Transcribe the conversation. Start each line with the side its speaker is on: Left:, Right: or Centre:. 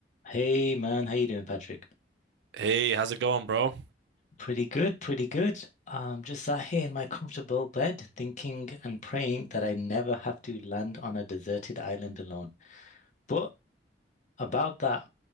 Left: Hey man, how you doing, Patrick?
Right: Hey, how's it going, bro?
Left: Pretty good, pretty good. Um, just sat here in my comfortable bed, thinking and praying that I never have to land on a deserted island alone. But about that,